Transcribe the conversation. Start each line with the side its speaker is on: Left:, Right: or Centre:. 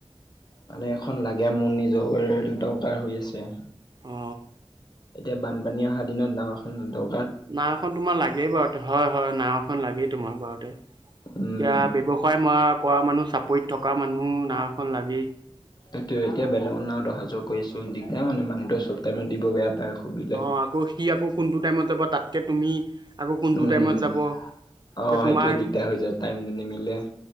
Left: মানে এখন লাগে মোৰ নিজৰ দৰকাৰ হৈ আছে।
Right: অ
Left: এতিয়া বানপানী অহা দিনত নাও এখন দৰ্ক
Right: নাওখন তোমাৰ লাগেই বাৰু তে হয়-হয় নাও এখন লাগেই তোমাক বাৰুতে। এতিয়া
Left: উম
Right: ব্যবসায় ম কৰা মানুহ চাপৰিত থকা মানুহ নাখন লাগি।
Left: সেইটো এতিয়া বেলেগৰ নামত অহা যোৱা কৰিছো দিগদাৰ মানে মানুহতটো চব টাইমত দিব বেয়া পায় সুধিলে।
Right: অ', আকৌ সি আকৌ কোনটো টাইমত যাব তাতকে তুমি আকৌ কোনটো
Left: উম',
Right: টাইমত যাব এতিয়া
Left: অ',
Right: তোমাৰ
Left: সেইটোয়ে দিগদাৰ হৈ যায় টাইমটো নিমিলে।